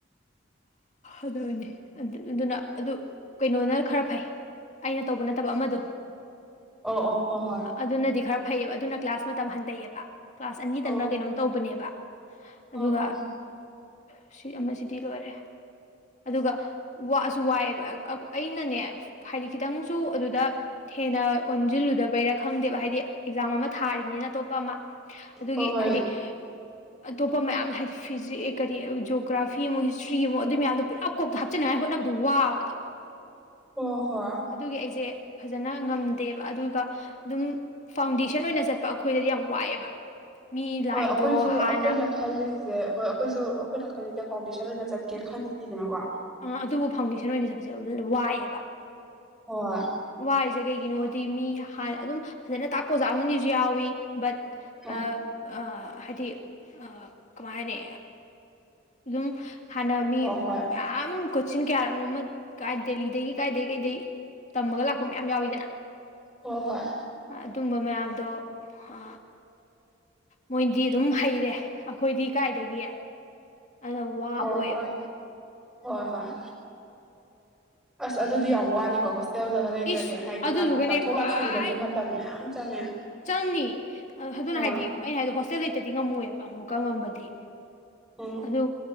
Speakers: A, on the left; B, in the centre.
A: ꯑꯗꯨꯅꯤ ꯑꯗꯨ ꯑꯗꯨꯅ ꯑꯗꯨ ꯀꯩꯅꯣꯅ ꯈꯔꯥ ꯐꯩ ꯑꯩꯅ ꯇꯧꯕ ꯅꯠꯇꯕ ꯑꯃꯗꯣ
B: ꯑꯣ ꯑꯣ ꯍꯣꯏ ꯍꯣꯢ
A: ꯑꯗꯨꯅꯗꯤ ꯈꯔꯥ ꯐꯩꯌꯦꯕ ꯑꯗꯨꯅ ꯀ꯭ꯂꯥꯁ ꯃꯇꯝ ꯍꯟꯊꯩꯌꯦꯕ ꯀ꯭ꯂꯥꯁ ꯑꯅꯤꯇꯪꯅ
B: ꯍꯣꯏ ꯑꯣ ꯑꯣ
A: ꯀꯩꯅꯣꯝ
B: ꯑꯣ ꯑꯣ
A: ꯇꯧꯕꯅꯦꯕ ꯑꯗꯨꯒ
B: ꯑꯥ
A: ꯁꯤ ꯑꯃꯥ ꯁꯤ ꯇꯤ ꯂꯣꯏꯔꯦ ꯑꯗꯨꯒ ꯋꯥꯁꯨ ꯋꯥꯏꯑꯦꯕ ꯑꯩꯅꯥꯅꯦ ꯍꯥꯏꯗꯤ ꯈꯤꯇꯪꯁꯨ ꯑꯗꯨꯗꯥ ꯍꯦꯟꯅꯥ ꯑꯣꯟꯖꯤꯜꯂꯨꯗꯕꯩꯔꯥ ꯈꯪꯗꯦꯕ ꯍꯥꯏꯗꯤ ꯑꯦꯛꯖꯥꯝ ꯑꯃꯥ ꯊꯥꯔꯤꯕꯅꯤꯅ ꯑꯇꯣꯞꯄ ꯑꯃꯥ ꯑꯗꯨꯒꯤ
B: ꯍꯣꯏ ꯍꯣꯏ
A: ꯍꯥꯏꯗꯤ ꯑꯇꯣꯞꯄꯥ ꯃꯌꯥꯝ ꯍꯥꯏꯗꯤ ꯐꯤꯖꯤ ꯀꯔꯤ ꯖꯣꯒ꯭ꯔꯥꯐ ꯐꯤ ꯃꯨꯛ ꯍꯤꯁꯇ꯭ꯔꯤ ꯃꯨꯛ ꯑꯗꯨ ꯃꯌꯥꯝꯗꯣ ꯄꯨꯂꯞ ꯀꯣꯛ ꯍꯥꯞꯆꯤꯅꯤꯡꯉꯥꯏ ꯍꯣꯠꯅꯕꯗꯣ ꯋꯥꯕꯗꯣ
B: ꯍꯣ ꯍꯣꯏ
A: ꯑꯗꯨꯒꯤ ꯑꯩꯁꯦ ꯐꯖꯅ ꯉꯝꯗꯦꯕ ꯑꯗꯨꯒ ꯑꯗꯨꯝ ꯐꯥꯎꯟꯗꯦꯁꯟ ꯑꯣꯏꯅ ꯆꯠꯄ ꯑꯩꯈꯣꯏꯗꯗꯤ ꯌꯥꯝ ꯋꯥꯑꯦꯕ ꯃꯤ ꯂꯥꯛꯏꯗꯣ
B: ꯑꯩꯈꯣꯏꯁꯨ
A: ꯍꯥꯟꯅ
B: ꯑꯩꯈꯣꯏꯅ ꯈꯜꯂꯤꯁꯦ ꯑꯍꯣꯏ ꯑꯩꯈꯣꯏꯁꯨ ꯑꯩꯈꯣꯏꯅ ꯈꯜꯂꯤꯁꯦ ꯐꯥꯎꯟꯗꯦꯁꯟ ꯑꯣꯏꯅ ꯆꯠꯀꯦ ꯈꯜꯂꯤꯅꯤꯗꯅꯀꯣ꯫
A: ꯑ ꯑꯗꯨꯕꯨ ꯐꯥꯎꯟꯗꯦꯁꯟ ꯑꯣꯏꯅ ꯆꯠꯄꯁꯦ ꯋꯥꯏꯑꯦꯕ꯫
B: ꯍꯣꯢ꯫
A: ꯋꯥꯔꯤꯁꯦ ꯀꯩꯒꯤꯅꯣꯗꯤ ꯃꯤ ꯍꯥꯟꯅ ꯑꯗꯨꯝ ꯐꯖꯅ ꯇꯥꯛꯄ ꯑꯣꯖꯥ ꯑꯃꯅꯤꯁꯨ ꯌꯥꯎꯏ ꯕꯠ
B: ꯍꯣꯏ
A: ꯑ ꯑ ꯍꯥꯏꯗꯤ ꯑ ꯀꯃꯥꯏ ꯍꯥꯏꯅꯤ ꯑꯗꯨꯝ ꯍꯥꯟꯅ ꯃꯤ
B: ꯍꯣꯏ
A: ꯃꯌꯥꯝ ꯀꯣꯆꯤꯡ ꯀꯌꯥꯔꯛꯅꯣꯃ ꯀꯥꯢ ꯗꯦꯜꯂꯤꯗꯒꯤ ꯀꯥꯏꯗꯒꯤ ꯀꯩꯗꯩ ꯇꯝꯃꯒ ꯂꯥꯛꯄ ꯃꯌꯥꯝ ꯌꯥꯎꯋꯤꯗꯅ꯫
B: ꯍꯣꯏ ꯍꯣꯏ꯫
A: ꯑꯗꯨꯝꯕ ꯃꯌꯥꯝꯗꯣ ꯑ ꯃꯣꯏꯗꯤ ꯑꯗꯨꯝ ꯍꯩꯔꯦ ꯑꯩꯈꯣꯏꯗꯤ ꯀꯥꯏꯗꯒꯤ꯫ ꯑꯗꯨꯅ ꯋꯥꯕ
B: ꯍꯣ
A: ꯑꯣꯏꯌꯦꯕ
B: ꯍꯣꯏ ꯍꯣꯏ ꯍꯣꯏ꯫ ꯑꯁ ꯑꯗꯨꯗꯤ ꯌꯥꯝ ꯋꯥꯅꯤꯀꯣ ꯍꯣꯁ ꯍꯣꯇꯦꯜꯗꯒ ꯂꯩꯇ꯭ꯔꯗꯤ
A: ꯏꯁ
B: ꯍꯥꯏꯗꯤ
A: ꯑꯗꯨꯗꯨꯒꯅꯦ
B: ꯂꯥꯛꯊꯣꯛ
A: ꯈ꯭ꯋꯥꯏ
B: ꯂꯥꯛꯁꯤꯟꯗꯁꯨ ꯃꯇꯝ ꯃꯌꯥꯝ ꯆꯪꯉꯦ꯫
A: ꯆꯪꯅꯤ ꯑꯗꯨꯅ
B: ꯍꯣꯏ
A: ꯍꯥꯏꯗꯤ ꯑꯩꯅ ꯍꯥꯏꯗꯣ ꯍꯣꯁꯇꯦꯜ ꯂꯩꯇꯗꯤ ꯉꯝꯃꯣꯢ ꯑꯃꯨꯛꯀ ꯉꯝꯕꯗꯤ
B: ꯎꯝ
A: ꯑꯗꯨ